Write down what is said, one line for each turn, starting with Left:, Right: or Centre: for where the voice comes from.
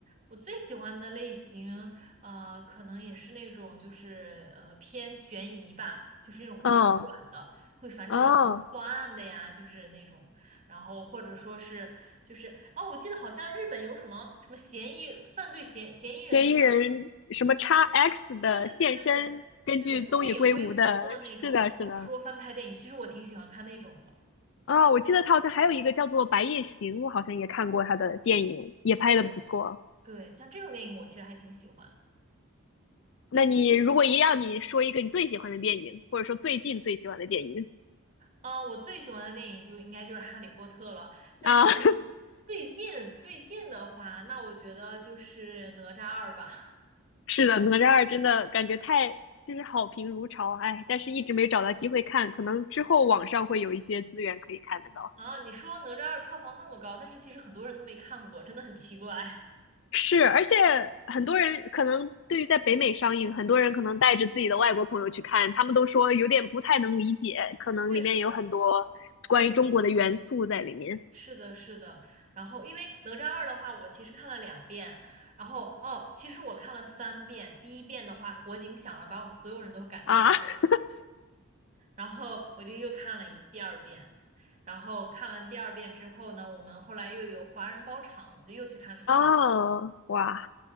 Right: 我最喜欢的类型，呃，可能也是那种就是呃偏悬疑吧，就是那种会反转的，
Left: 啊哦
Right: 会反转就破案的呀，
Left: 哦
Right: 就是那种，然后或者说是就是哦，我记得好像日本有什么什么嫌疑犯罪嫌嫌疑人的，
Left: 嫌疑人什么叉 X 的现身，
Right: 对对对对对对，
Left: 根据东野圭吾的，
Right: 东野圭吾的那种小说翻拍电影，
Left: 是的，是的。
Right: 其实我挺喜欢看那种的。
Left: 啊，我记得他好像还有一个叫做《白夜行》，我好像也看过他的电影，也拍的不错。
Right: 对，对，像这种电影我其实还挺喜欢的。
Left: 那你如果一样，你说一个你最喜欢的电影，或者说最近最喜欢的电影
Right: 啊、我最喜欢的电影就应该就是《哈利波特》了。但是最
Left: 啊，<laughs>
Right: 最近最近的话，那我觉得就是《哪吒二》吧。
Left: 是的，《哪吒二》真的感觉太就是好评如潮，哎，但是一直没找到机会看，可能之后网上会有一些资源可以看得到。
Right: 啊，你说《哪吒二》票房那么高，但是其实很多人都没看过，真的很奇怪。
Left: 是，而且很多人可能对于在北美上映，很多人可能带着自己的外国朋友去看，他们都说有点不太能理解，可能里面有很多关于中国的元素在里面
Right: 确实，确实是的，是的。然后，因为《哪吒二》的话，我其实看了两遍。然后，哦，其实我看了三遍。第一遍的话，火警响了，把我们所有人都赶出去。
Left: 啊 <laughs>。
Right: 然后我就又看了一第二遍，然后看完第二遍之后呢，我们后来又有华人包场，我们就又去看了一遍。
Left: 哦，哇，